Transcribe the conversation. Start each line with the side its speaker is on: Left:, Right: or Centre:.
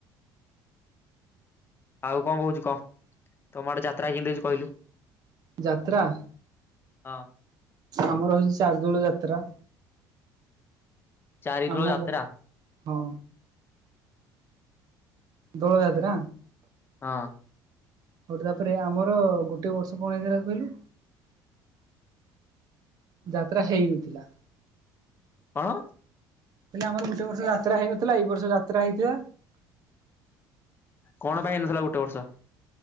Left: ଆଉ କଣ କହୁଛୁ କହ? ତମ ଆଡେ ଯାତ୍ରା କେମିତି ହଉଛି କହିଲୁ?
Right: ଯାତ୍ରା
Left: ହଁ।
Right: ଆମର ହଉଛି ଚାର୍ଦୋଳ ଯାତ୍ରା।
Left: ଚାରିଦୋଲ
Right: ଆମ
Left: ଯାତ୍ରା।
Right: ଗାଁ ହଁ। ଦୋଳ ଯାତ୍ରା
Left: ହଁ।
Right: ହଉଟି ତାପରେ ଆମର ଗୋଟେ ବର୍ଷ କଣ ହେଇଥିଲା କହିଲୁ? ଯାତ୍ରା ହେଇଉଥିଲା।
Left: ହଁ।
Right: ହେଲେ ଆମର ଗୋଟେ ବର୍ଷ ଯାତ୍ରା ହେଇନଥିଲା ଏଇ ବର୍ଷ ଯାତ୍ରା ହେଇଥିଲା।
Left: କଣ ପାଇଁ ହେଇନଥିଲା ଗୋଟେ ବର୍ଷ?